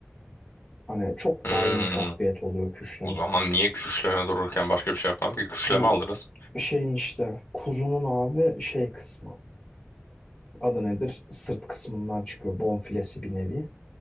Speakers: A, on the left; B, on the left.
A: Hani çok
B: Hmm.
A: daha yumuşak bir et oluyor küşleme.
B: O zaman niye küşleme dururken başka bir şey yapmam ki? Küşleme
A: Bu
B: alırız.
A: şeyin işte kuzunun abi şey kısmı. Adı nedir? Sırt kısmından çıkıyor. Bonfilesi bir nevi.